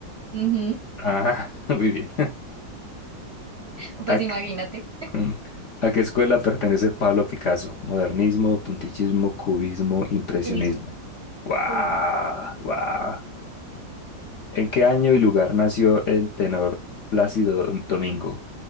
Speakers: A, on the right (about 50°); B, on the left (about 55°).
A: Ujú,
B: Ah, <laughs> muy bien.
A: Pues
B: ¿A, qué
A: imagínate.
B: mm, a qué escuela pertenece Pablo Picasso? Modernismo, puntillismo, cubismo, impresionismo.
A: Cubismo.
B: ¡Guau!
A: Cubismo.
B: ¡Guau! ¿En qué año y lugar nació el tenor Plácido Dom- Domingo?